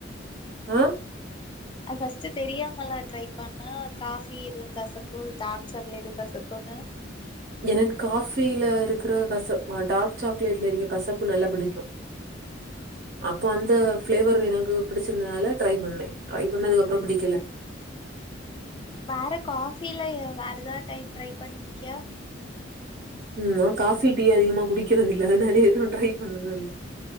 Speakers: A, on the right; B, on the left.
A: ஆஹ்
B: அது ஃபர்ஸ்ட் தெரியாமல்லா ட்ரை பண்ண காஃபி எதுவு கசக்கு டார்க் சாக்லேட்டு கசக்குனு
A: எனக் காஃபில இருக்குற கசப் ஆஹ் டார்க் சாக்லேட்ல இருக்க கசப்பு நல்லா பிடிக்கு அப்போ அந்த ஃபிளேவர் எனக்கு பிடிச்சிருந்ததுனால ட்ரை பண்ணே ட்ரை பண்ணதுக்கு அப்றோ பிடிக்கல
B: வேற காஃபில வேற எதாவது டைப் ட்ரைப் பண்ணிருக்கியா
A: ம் காஃபி டீ அதிகமா குடிக்கிறது இல்ல அதனால எதுவு ட்ரை பண்ணது இல்ல